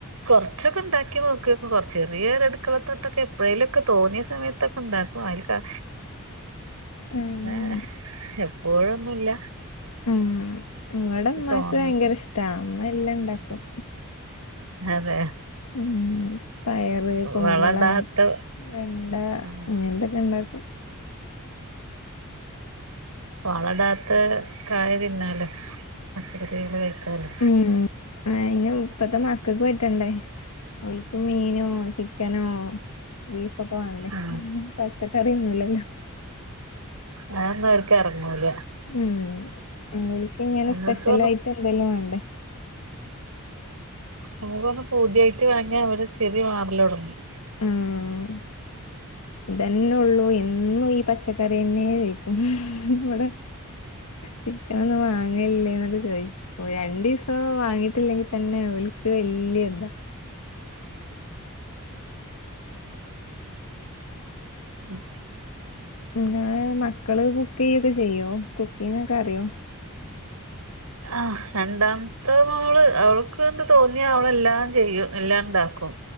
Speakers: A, on the right; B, on the left.
A: കൊറച്ചൊക്കെ ഇണ്ടാക്കി നോക്കി നോക്കും ചെറിയൊരു അടുക്കള തോട്ടൊക്കെ എപ് എപ്പഴേയിലൊക്കെ തോന്നിയ സമയത്തൊക്കെ ഇണ്ടാക്കും അയിൽക്കാ
B: ആഹ്
A: അങ്ങനെ എപ്പോഴൊന്നുല്ല
B: ഉം ഇവടെ ഉമ്മാക്ക്
A: തോന്നല്
B: ഭയങ്കര ഇഷ്ട്ടാ ഉമ്മ എല്ലാം ഇണ്ടാക്കും
A: അതേ
B: ഉം പയറ്, കുമ്പളം
A: വളടാത്ത
B: വെണ്ട
A: ആ
B: അങ്ങനെത്തെക്കെ ഇണ്ടാക്കും
A: വള ഇടാത്ത കായ തിന്നാലോ പച്ചക്കറികള് കഴിക്കാലോ
B: ഉം അയിന് ഇപ്പത്തെ മക്കക്ക് പറ്റണ്ടേ ഓലിക്ക് മീനോ ചിക്ക് ചിക്കനോ ബീഫൊക്കെ വേണ്ടേ
A: ആ
B: പച്ചക്കറി തിന്നുല്ലല്ലോ
A: അതൊന്നും ഓര്ക്ക് എറങ്ങൂല
B: ഉം ഓലിക്ക് ഇങ്ങനെ
A: നമ്മുക്കൊന്നും
B: സ്പെഷ്യൽ ആയിട്ട് എന്തെലും വേണ്ടേ
A: നമുക്കൊന്ന് പൂതിയായിട്ട് വാങ്ങിയാ അവരെ ചിറി മാറല് തൊടങ്ങും
B: ആഹ് ഇതന്നെ ഒള്ളൂ എന്നും ഈ പച്ചക്കറിയെന്നെ ചോയി ഉം ഇവടെ ചിക്കനൊന്നും വാങ്ങലില്ലേന്നൊക്കെ ചോയി രണ്ടീസം വാങ്ങിയിട്ടില്ലെങ്കി തന്നെ ഓലിക്ക് വല്യ ഇതാ
A: ഉം
B: ഞാൻ മക്കള് കുക്ക് ചെയ്യൊക്കെ ചെയ്യും കുക്കിംഗൊക്കെ അറിയും
A: ആഹ് രണ്ടാമത്തെ മോള് അവൾക്ക്ണ്ട് തോന്നി അവളെല്ലാം ചെയ്യും എല്ലാം ഇണ്ടാക്കും